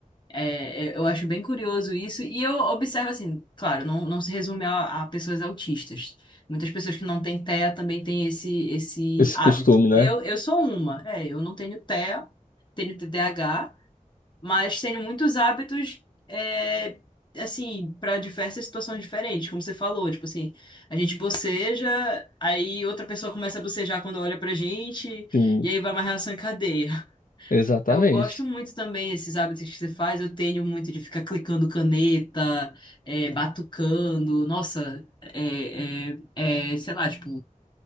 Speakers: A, on the left; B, on the left.
A: É, é, eu acho bem curioso isso, e eu observo assim, claro, não, não se resume a, a pessoas autistas. Muitas pessoas que não têm TEA também têm esse, esse
B: esse
A: hábito.
B: costume, né?
A: Eu, eu sou uma, é, eu não tenho TEA, tenho TDAH, mas tenho muitos hábitos, é, assim, para diversas situações diferentes, como você falou, tipo assim, a gente boceja, aí outra pessoa começa a bocejar quando olha pra gente,
B: Sim,
A: e aí vai uma reação em cadeia.
B: exatamente.
A: Eu gosto muito também desses hábitos que você faz. Eu tenho muito de ficar clicando caneta, é, batucando. Nossa, é, é, é, sei lá, tipo,